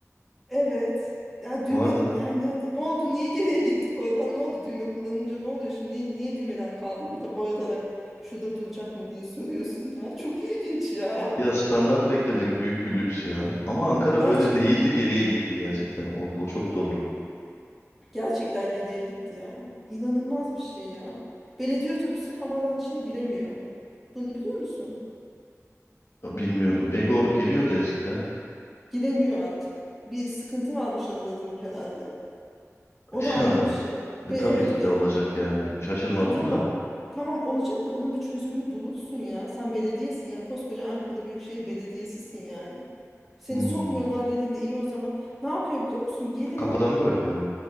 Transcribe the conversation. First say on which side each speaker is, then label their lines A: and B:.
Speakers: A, in the centre; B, on the left.
A: Evet. Ya düğme
B: Vardı.
A: yani, yani ne oldu? Niye geriye gittik oradan? Ne oldu? Düğme kullanınca ne oluyor şimdi? Niye, niye düğmeler kaldırıldı da bağırarak şurada duracak mı diye soruyorsun ya. Çok ilginç ya.
B: Ya standart beklemek büyük bir lüks ya. Ama Ankara
A: Gerçek
B: böyle değildi geriye gitti gerçekten. O, o çok doğru.
A: gerçekten geriye gitti ya. İnanılmaz bir şey ya. Belediye otobüsü havaalanının içine giremiyor. Bunu biliyor musun?
B: Bilmiyordum. Ego giriyordu eskiden.
A: Giremiyor artık. Bir sıkıntı varmış aralarında herhalde. O
B: <laughs>
A: da ayrı
B: Ya,
A: bir şey.
B: e,
A: Ve
B: tabii
A: evet
B: ki
A: be,
B: de olacak yani. Şaşırmadım
A: E, tamam.
B: da.
A: Tamam olacak da bunun bir çözümünü bulursun ya. Sen belediyesin ya. Koskoca Ankara Büyükşehir Belediyesi'sin yani. Seni
B: Hmm.
A: sokmuyorlar dediğinde iyi o zaman. Ne yapıyor biliyor musun? Giriyor.
B: Kapıdan mı bırakıyor.